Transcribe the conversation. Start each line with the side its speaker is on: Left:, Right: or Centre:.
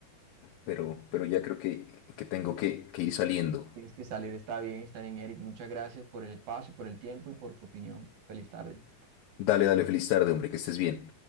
Left: pero, pero ya creo que, que tengo que, que ir saliendo.
Right: Tienes que salir, está bien, está bien, Eric. Muchas gracias por el espacio, por el tiempo y por tu opinión. Feliz tarde.
Left: Dale, dale, feliz tarde, hombre, que estés bien.